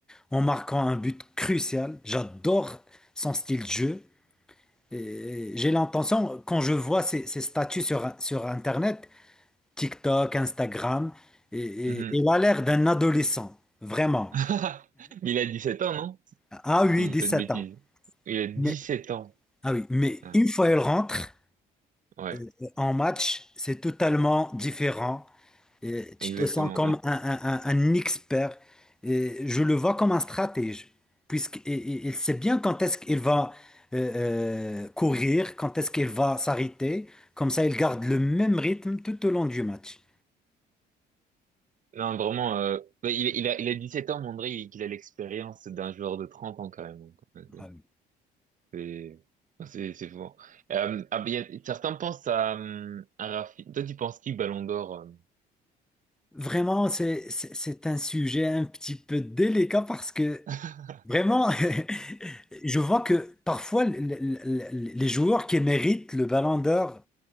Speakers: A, in the centre; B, on the right.
A: en marquant un but crucial. J'adore son style de jeu. Et J'ai l'intention, quand je vois ses, ses statuts sur, sur Internet, TikTok, Instagram. Et,
B: Mhm.
A: et- il a l'air d'un adolescent, vraiment.
B: <laughs> Mais il a dix sept ans, non? Si
A: Ah oui,
B: je
A: 17
B: dis pas de bêtises.
A: ans.
B: Il a dix
A: Mais,
B: sept ans.
A: ah oui, mais
B: Ah.
A: une fois il rentre
B: Ouais,
A: euh, en match, c'est totalement différent. Et tu
B: exactement.
A: te sens comme
B: On-
A: un, un- un- un expert. Et je le vois comme un stratège, puisqu'il sait bien quand est-ce qu'il va euh, euh, courir, quand est-ce qu'il va s'arrêter. Comme ça, il garde le même rythme tout au long du match.
B: Non, vraiment, euh, mais il, il a, il a 17 ans, mais on dirait qu'il qu'il a l'expérience d'un joueur de 30 ans, carrément. quoi. C'est,
A: Ah oui.
B: c'est, enfin, c'est c'est fou. Euh, ah, ben, il y a- certains pensent à, hum, à Rafi. Toi, tu penses qui, Ballon d'Or? euh
A: Vraiment, c'est, c'est c'est un sujet un petit peu délicat parce que
B: <laughs>
A: vraiment, <laughs> je vois que parfois le- le- le- les joueurs qui méritent le ballon d'or